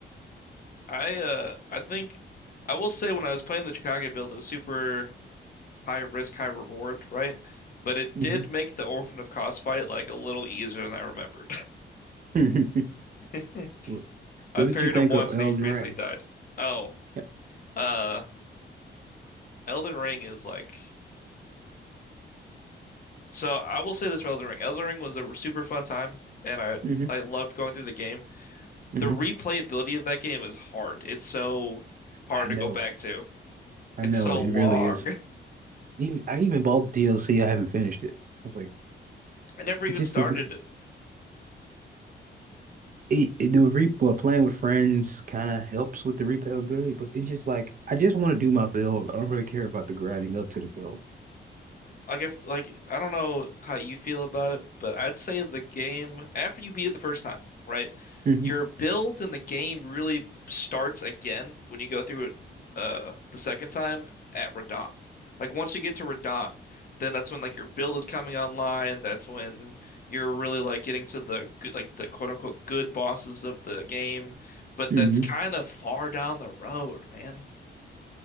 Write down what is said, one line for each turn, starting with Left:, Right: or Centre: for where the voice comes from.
Left: I uh I think I will say when I was playing the Chicago build, it was super high risk, high reward, right? But it
Right: hmm
Left: did make the Orphan of Kos fight like a little easier than I remembered.
Right: hmm
Left: <laughs>
Right: <laughs> What,
Left: I
Right: what
Left: parried
Right: did you think
Left: him once
Right: of Elden
Left: and he basically
Right: Ring?
Left: died. Oh,
Right: Yeah.
Left: uh, Elden Ring is like so. I will say this for Elden Ring. Elden Ring was a super fun time, and I
Right: hmm
Left: I loved going through the game.
Right: hmm
Left: the replayability of that game is hard. It's so hard
Right: I know.
Left: to go back to.
Right: I
Left: It's
Right: know.
Left: so
Right: It
Left: long.
Right: really is. Even I even bought DLC. I haven't finished it. I was like,
Left: <laughs> I never even
Right: it just
Left: started
Right: isn't. It, it the re well, playing with friends kind of helps with the replayability, but it's just like I just want to do my build. I don't really care about the grinding up to the build.
Left: Like if like I don't know how you feel about it, but I'd say the game after you beat it the first time, right?
Right: hmm
Left: Your build in the game really starts again when you go through it uh the second time at Radahn. Like once you get to Radahn, then that's when like your build is coming online. That's when you're really like getting to the good like the quote unquote good bosses of the game. But
Right: hmm
Left: that's kind of far down the road, man.